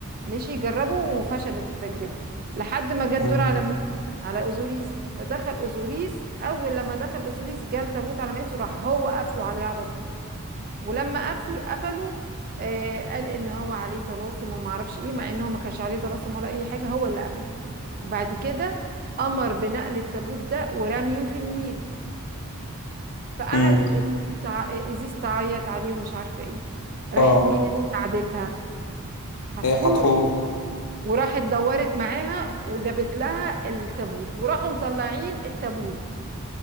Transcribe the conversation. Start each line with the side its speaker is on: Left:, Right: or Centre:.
Right: مشي يجربوا وفشلت التجربه لحد ما جه الدور
Left: امم
Right: على مين على اوزوريس فدخل اوزوريس اول لما دخل اوزوريس جه التابوت على ماسه راح هو قافله عليه على طول ولما قفلوا قفلوا آه قال ان هو عليه طلاسم وما اعرفش ايه مع ان هو ما كانش عليه طلاسم ولا اي حاجه هو اللي قفله وبعد كده امر بنقل التابوت ده ورميه في النيل فقعدت
Left: امم
Right: أس- تع- ازيز تعيط عليه ومش عارفه ايه راحت
Left: اه
Right: مين اللي ساعدتها هتحور
Left: ايه حتحور
Right: وراحت دورت معاها وجابت لها التابوت وراحوا مطلعين التابوت